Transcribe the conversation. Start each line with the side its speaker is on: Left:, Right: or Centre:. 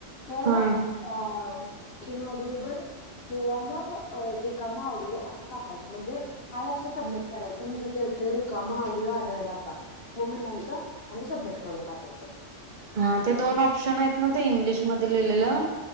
Left: तर
Right: हा
Left: अ इन ऑडिएबल. किंवा मग रिकामा ऑडिओ असं टाकायच म्हणजे हाय असं सबमिट करायचं म्हणजे ते मग ऑडिओ आढला का हो म्हयच आणि सबमिट करून टाकायच.
Right: हा ते दोन ऑप्शन आहेत ना ते इंग्लिशमध्ये लिहिलेलं.